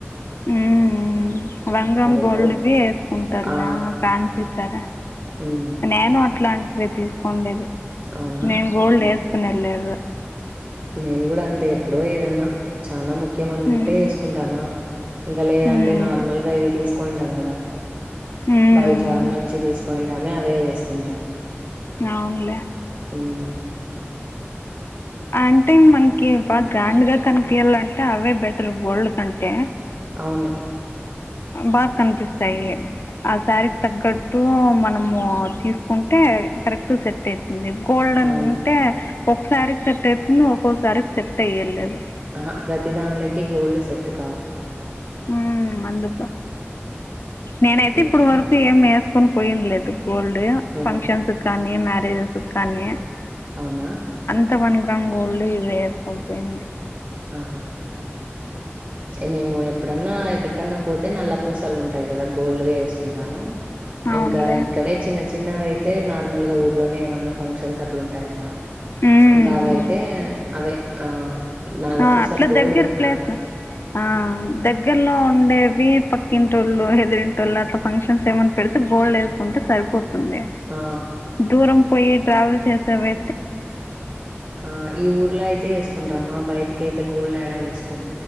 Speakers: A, on the left; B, on the right.
A: ఉమ్ రంగం గోల్డ్వి
B: ఎక్కువ.
A: వేసుకుంటర్లా
B: ఆ!
A: ఫ్యాన్సీ తర
B: హ్మ్.
A: నేను అట్లాంటిది తీసుకోండేది
B: అవునా
A: నేన్ గోల్డ్ వేస్ కునేలేదు
B: మేం కూడా అంతే ఎప్పుడో ఏదన్నా చానా ము ముఖ్యం అనుకుంటే
A: ఉమ్
B: వేసుకుంటామా ఇంకా లేదంటే
A: ఉమ్
B: నార్మల్గా ఇవి తీసుకోంటాం కదా
A: ఉమ్
B: బైజా నుంచి తీసుకోంటామే అవే వేస్కుంటాం
A: అవున్లే
B: ఉమ్
A: అంటే మన్కి బాగా గ్రాండ్ గా కనిపియ్యాలంటే అవే బెటర్ గోల్డ్ కంటే
B: అవును
A: బాగ్కనిపిస్తాయి ఆ సారీ క్ తగ్గట్ మనము తీసుకుంటే కరెక్ట్ సెట్ అయితుంది గోల్డె
B: అవును
A: అంటే ఒక్కసారికి సెట్ అయితుంది ఒక్కొసారికి సెట్ అయ్యేలేదు
B: ఆహ ప్రతిదాన్లేకి గోల్డ్ సెట్ కావు
A: ఉమ్ అందుకు నేనైతే
B: ఏదన్నా
A: ఇప్పుడు వరకు ఏం వేస్ కొన్ పోయిండ్లేదు గోల్డ్
B: ఉహు
A: ఫంక్షన్సు కానీ మ్యారెజస్ కానీ
B: అవ్ నా
A: ఇంత వన్ గ్రామ్ గోల్డ్ ఇవి వేసుకొన్ పొయింది
B: ఆహ ఇగ మేము ఎప్పుడన్నా ఎక్కడ కన్నా పోతే నల్ల పూసలు ఉంటాయ్ కదా గోల్డ్వే వేసుకుంటాను
A: అవునులే
B: ఇంకా ఇక్కడే చిన్న చిన్నవైతే నార్మల్ గా ఊర్లోనే ఏమన్నా ఫంక్షన్స్ అట్ల ఉంటాయ్ కదా
A: ఉమ్.
B: ఇంకా అవైతే అవే ఆ నల్ల
A: ఆ
B: పూసలు
A: అట్ల
B: గోల్డ్‌వేం
A: దెగ్గర్
B: ఏం
A: ప్లేస్
B: కాదు.
A: ల ఆ దగ్గర్లో ఉండేవి పక్కింటోళ్ళు, హెదిరింటోళ్ళు అట్ల ఫంక్షన్స్ ఏమన్ గోల్డ్ వేసుకుంటే సరిపోతుంది.
B: ఆ!
A: దూరం పొయ్యి ట్రావెల్ చేసేవై
B: ఆ ఈ ఊర్లో అయితే వేసుకుంటామా బయటికి అయితే గోల్డ్ ఏడా ఏసుకోం